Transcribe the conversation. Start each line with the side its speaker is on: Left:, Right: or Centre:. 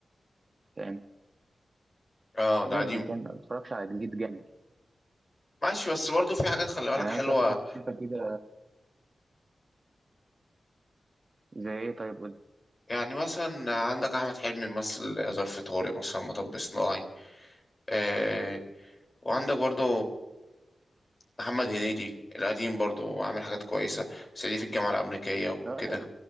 Right: فاهم
Left: اه
Right: الحاجات
Left: ده قديم
Right: دي فاهم ما بتفرجش على جديد جامد
Left: ماشي بس برضه في حاجات خلي بالك
Right: يعني
Left: حلوة
Right: أنا مثلا في حاجة شفتها كده زي إيه طيب قول لي
Left: يعني مثلا عندك أحمد حلمي مثل ظرف طارق مثلا مطب صناعي آه وعندك برضه محمد هنيدي القديم برضه وعامل حاجات كويسة صعيدي في الجامعة الأمريكية وكده
Right: لا، أنا